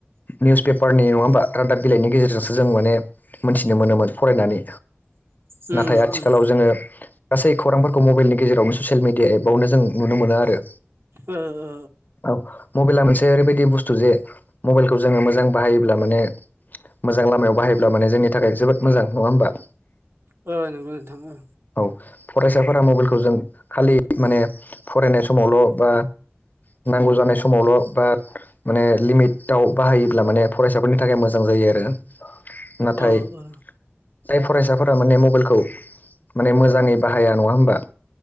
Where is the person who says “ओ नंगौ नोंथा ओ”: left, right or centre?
Right